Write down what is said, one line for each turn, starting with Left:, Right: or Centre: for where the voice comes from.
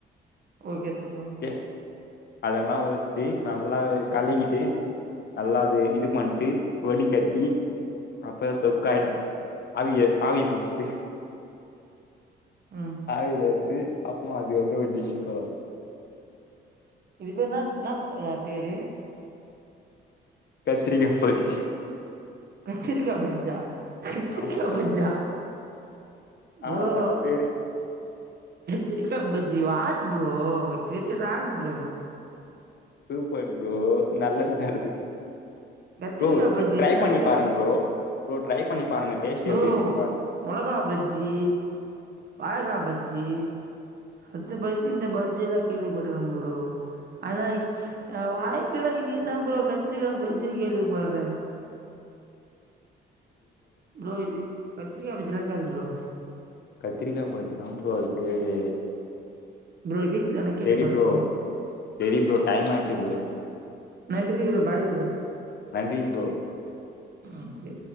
Right: ஓகே தல
Left: எ அதெல்லா வெச்சுட்டு நல்லா கழிகிட்டு நல்லா அத இது பண்ணிட்டு வடி கட்டி அப்புற தொக்காயிடு ஆவி ஆவிய புடிச்சிட்டு
Right: ம்
Left: ஆலில எடுத்து அப்றமா அது வந்து டிஸ்சு தல
Right: இதுபேரு என்னா என்னாத் தல பேரு
Left: கத்திரிக்கா பஜ்ஜி
Right: கத்திரிக்கா பஜ்ஜா கத்திரிக்கா
Left: ஆமா தோழா
Right: பஜ்ஜா ப்ரோ
Left: ஆமா தோழா பேரு
Right: கத்தரிக்கா பஜ் ஜி what bro it's very wrong bro
Left: super bro நல்லதுதா இருக்கு
Right: கத்திரிக்கா
Left: ப்ரோ
Right: பஜ்ஜி வச்சு
Left: ட்ரை
Right: லாப்ரோ
Left: பண்ணி பாருங்க
Right: பண்ணு
Left: ப்ரோ ட்ரை பண்ணி பாருங்க டேஸ்ட்
Right: ப்ரோ
Left: எப்டி இருக்குன்னு பாருங்க
Right: மொளகா பஜ்ஜி வாழக்கா பஜ்ஜி அந்த பஜ்ஜி இந்த பஜ்ஜில்லா கேள்விப்பட்டிருக்க ப்ரோ ஆனா ஏ வாழ்க்கையில இன்னிக்கி தா ப்ரோ கத்திரிக்கா பஜ்ஜியே கேள்விபட்றே ப்ரோ இது கத்திரிக்காய் பஜில இருக்காது ப்ரோ
Left: கத்தரிக்கா பஜ்ஜி தா ப்ரோ அது பேரு
Right: ப்ரோ வீட்ல வேணா கேட்டு
Left: செரி
Right: பாரு
Left: ப்ரோ செரி ப்ரோ டைம் ஆயிச்சு ப்ரோ
Right: நன்றி ப்ரோ பாய் ப்ரோ
Left: நன்றி ப்ரோ
Right: ஓகே